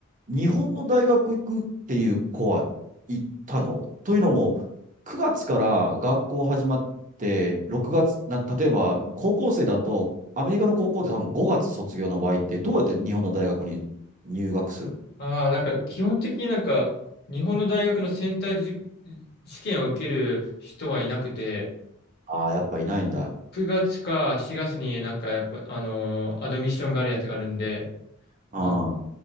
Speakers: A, on the right; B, on the left.
A: 日本の大学行くっていう子は行ったのというのも、9月から学校始まって、6月、な、例えば高校生だと、アメリカの高校って多分5月卒業の場合って、どうやって日本の大学に入学するの
B: ああ、なんか基本的になんか、日本の大学のセンターじ試験を受ける人はいなくて、
A: ああー、やっぱいないんだ。
B: 9月か4月になんかやっぱ、あのーアドミッションがあるやつがあるんで、
A: ああ、
B: あの